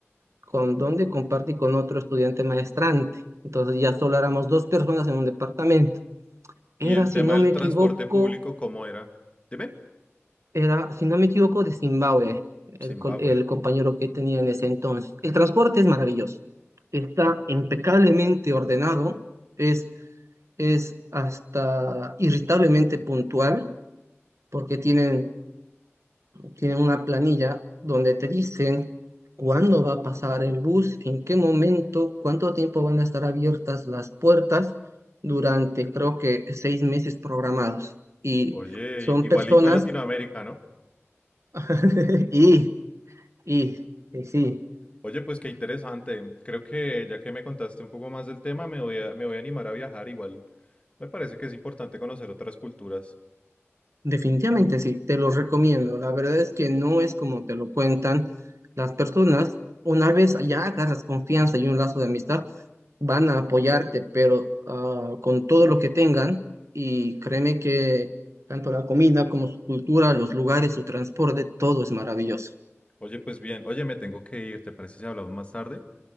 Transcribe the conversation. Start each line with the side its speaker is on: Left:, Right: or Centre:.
Right: con donde compartí con otro estudiante maestrante. Entonces ya solo éramos dos personas en un departamento.
Left: ¿Y
Right: Era,
Left: el
Right: si
Left: tema
Right: no
Left: del
Right: me equivoco,
Left: transporte público, cómo era? Dime.
Right: Era, si no me equivoco, de Zimbabue, el,
Left: Zimbabue.
Right: co- el compañero que tenía en ese entonces. El transporte es maravilloso, está impecablemente ordenado, es, es hasta irritablemente puntual, porque tienen, tienen una planilla donde te dicen cuándo va a pasar el bus, en qué momento, cuánto tiempo van a estar abiertas las puertas durante, creo que, seis meses programados. Y
Left: Oye,
Right: son
Left: igualito
Right: personas...
Left: a Latinoamérica, ¿no?
Right: <laughs> Y Y eh, sí,
Left: Oye, pues qué interesante. Creo que ya que me contaste un poco más del tema, me voy a, me voy a animar a viajar igual. Me parece que es importante conocer otras culturas.
Right: definitivamente sí, te lo recomiendo. La verdad es que no es como te lo cuentan las personas. Una vez ya agarras confianza y un lazo de amistad, van a apoyarte, pero ah, con todo lo que tengan. Y créeme que tanto la comida como su cultura, los lugares, su transporte, todo es maravilloso.
Left: Oye, pues bien. Oye, me tengo que ir. ¿Te parece si hablamos más tarde?